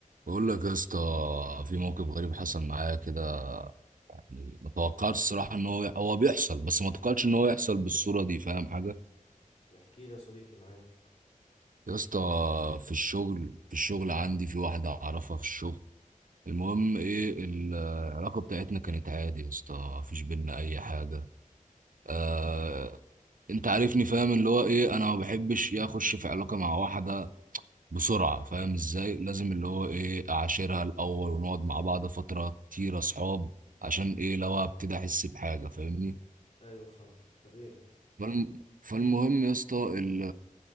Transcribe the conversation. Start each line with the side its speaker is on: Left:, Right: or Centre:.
Right: بقول لك يا اسطى في موقف غريب حصل معايا كده يعني ما توقعتش الصراحه ان هو هو بيحصل بس ما توقعتش ان هو يحصل بالصوره دي فاهم حاجه
Left: احكي لي يا صديقي معاك
Right: يا اسطى في الشغل في الشغل عندي في واحده اعرفها في الشغل المهم ايه العلاقه بتاعتنا كانت عادي يا اسطى مفيش بينا اي حاجه آه انت عارفني فاهم اللي هو ايه انا ما بحبش يا اخش في علاقه مع واحده بسرعة فاهم ازاي لازم اللي هو ايه اعاشرها الاول ونقعد مع بعض فترة كتير اصحاب عشان ايه لو هبتدي احس بحاجة فاهمني
Left: ايوه فاهمك طبيعي
Right: فالم... فالمهم يا اسطى ال...